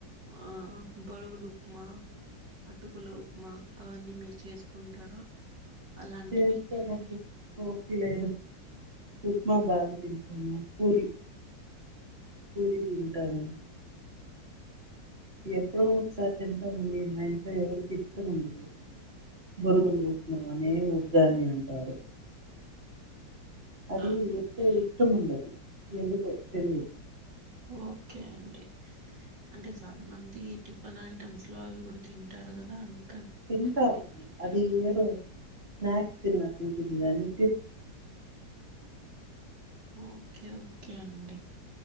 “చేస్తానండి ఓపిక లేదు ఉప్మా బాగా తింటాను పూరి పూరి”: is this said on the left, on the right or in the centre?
Right